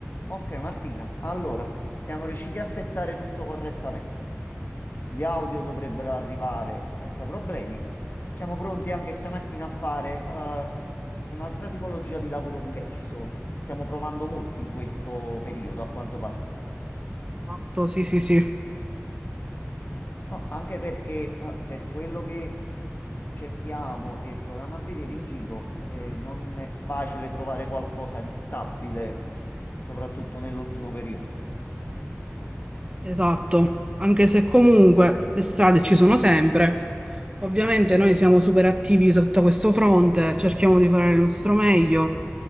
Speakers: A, on the left; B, on the right.
A: Ok Martina, allora siamo riusciti a settare tutto correttamente. Gli audio dovrebbero arrivare senza problemi. Siamo pronti anche stamattina a fare eh, un'altra tipologia di lavoro diverso. Stiamo provando molti in questo periodo, a quanto pare.
B: Esatto, sì, sì, sì,
A: No, anche perché eh, per quello che cerchiamo e proviamo a vedere in giro, eh, non è facile trovare qualcosa di stabile, soprattutto nell'ultimo periodo.
B: esatto. Anche se comunque le strade ci sono sempre. Ovviamente noi siamo super attivi sotto questo fronte, cerchiamo di fare il nostro meglio.